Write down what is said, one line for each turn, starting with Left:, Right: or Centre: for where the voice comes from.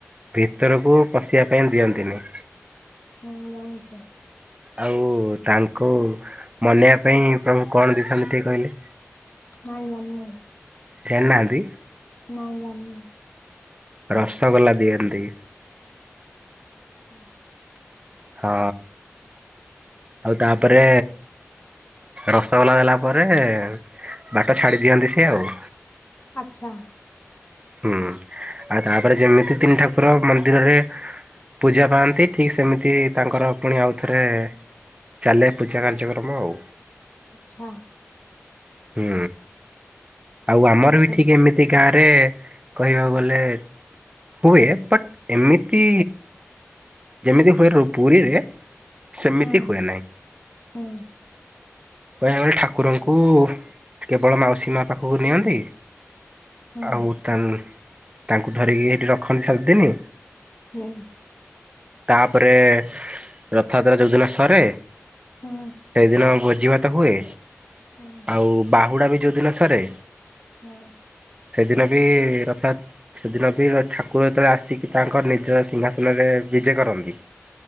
Right: ଭିତରକୁ ପଶିବା ପାଇଁ ଦିଅନ୍ତିନି।
Left: ହୁଁ ଜାଣିଛି।
Right: ଆଉ ତାଙ୍କୁ ମନେଇବା ପାଇଁ ପ୍ରଭୁ କଣ ଦେଇଥାନ୍ତି ଟିକେ କହିଲେ?
Left: ନାଇଁ ଜାଣିନୁ।
Right: ଜାଣି ଯାହାନ୍ତି?
Left: ନାଇଁ ଜାଣି।
Right: ରସଗୋଲା ଦିଅନ୍ତି।
Left: ଆଛା।
Right: ହଁ। ଆଉ ତାପରେ ରସଗୋଲା ଦେଲା ପରେ ବାଟ ଛାଡ଼ି ଦିଅନ୍ତି ସିଏ ଆଉ।
Left: ଆଚ୍ଛା।
Right: ହୁଁ ଆଉ ତାପରେ ଯେମିତି ତିନି ଠାକୁର ମନ୍ଦିରରେ ପୂଜା ପାଆନ୍ତି ଠିକ୍ ସେମିତି ତାଙ୍କର ପୁଣି ଆଉଥରେ ଚାଲେ ପୂଜା କାର୍ଯ୍ୟକ୍ରମ ଆଉ।
Left: ଆଛା।
Right: ହୁଁ ଆଉ ଆମର
Left: ହଉ
Right: ବି ଠିକ ଏମିତି ଗାଁରେ କହିବାକୁ ଗଲେ ହୁଏ ବଟ୍ ଏମିତି ଯେମିତି ହୁଏ ର ପୁରୀରେ ସେମିତି
Left: ହୁଁ
Right: ହୁଏ ନାହିଁ
Left: ହୁଁ
Right: କହିବା ବଳେ ଠାକୁରଙ୍କୁ
Left: ହଉ
Right: କେବଳ ମାଉସୀ ମା ପାଖକୁ ନିଅନ୍ତି
Left: ହୁଁ
Right: ଆଉ ତାଙ୍କୁ ଧରିକି ଏଠି ରଖନ୍ତି ସାତଦିନ।
Left: ହୁଁ
Right: ତାପରେ ରଥଯାତ୍ରା ଯଉଦିନ ସରେ।
Left: ହୁଁ।
Right: ସେଇଦିନ ଭୋଜିଭାତ ହୁଏ
Left: ହୁଁ।
Right: ଆଉ ବାହୁଡ଼ା ବି ଯେଉଁଦିନ ସରେ
Left: ହୁଁ।
Right: ସେଦିନ ବି ରଥାଯା ସେଦିନ ବି ଠାକୁର ଯେତେବେଳେ ଆସିକି ତାଙ୍କର ନିଜ ସିଂହାସନରେ ବିଜେ କରନ୍ତି।